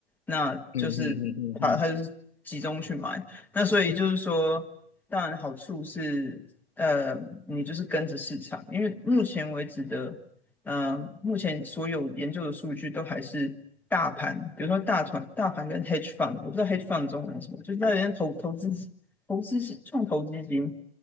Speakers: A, in the centre; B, on the left.
A: 那就是它它就是集中去买，
B: 嗯嗯嗯嗯嗯，
A: 那所以就是说，当然好处是，呃，你就是跟着市场，因为目前为止的，呃，目前所有研究的数据都还是大盘，比如说大团大盘跟 hedge fund，我不知道 hedge fund 的中文是什么，就是那人投投资投资是创投基金